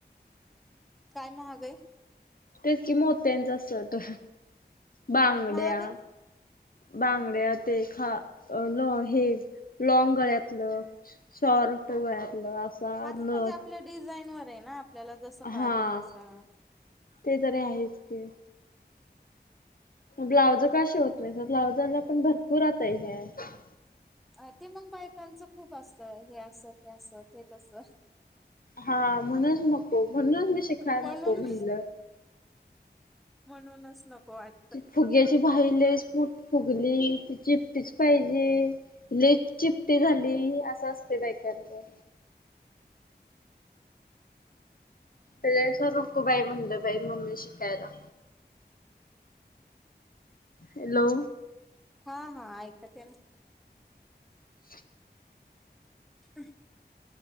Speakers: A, in the centre; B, on the left.
A: काय महाग हाय?
B: तेच कि मोत्यांचा सट, बांगड्या,
A: महाग आहे
B: बांगड्या, ते खा हे लॉग गळ्यातलं. शॉर्ट गळ्यातलं. असा
A: हा
B: नथ
A: त म्हणजे आपल्या डिझाईन वर हाय ना, आपल्याला जसं पाहिजे
B: हा
A: तसं.
B: ते तरी हायेच की. ब्लाउज का शीवत नाही? ब्लाउजला पण भरपूर आता हे हाये.
A: अ ते मग बायकांचं खूप असत. हे अस, ते अस, ते तस.
B: हा म्हणून च नको, म्हणूनच मी शिकायला
A: म्हणून
B: नको म्हणलं.
A: म्हणूनच नको वाट
B: ती फुग्याची बाहि लेस स्पुट फुगली ती चिपटीच पाहिजे लेस चिपटी झाली असं असतय बायकांच ते सरकू बाई म्हणलं बाई मम्मी शिकायला हॅलो
A: हां हां ऐकत ये ना
B: <inaudible>
A: <inaudible>